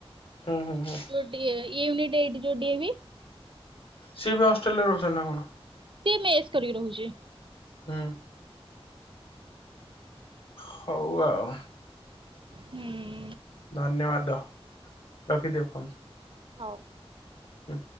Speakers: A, on the left; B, on the right.
A: ହୁଁ ହୁଁ ହୁଁ।
B: ଯୋଉ ଟିକେ ୟୁନିଟ ଏଇଟି ଯଉ ଡି ଏ ବି?
A: ସିଏ ବି ହଷ୍ଟେଲରେ ରହୁଛନ୍ତି ନା କଣ?
B: ସିଏ ମେସ୍ କରିକି ରହୁଛି।
A: ହୁଁ। ହଉ ଆଉ।
B: ହୁଁ।
A: ଧନ୍ୟବାଦ ରଖିଦିଅ ଫୋନ।
B: ହଉ।
A: ହୁଁ।